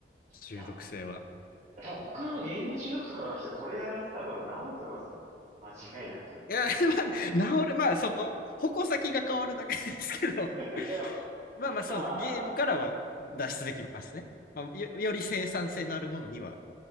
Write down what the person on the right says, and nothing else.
いや、多分他のゲーム中毒とかの人、これやらせたら多分治ると思いますよ。間違いなく。
<laughs>
いや、でも、
まあ、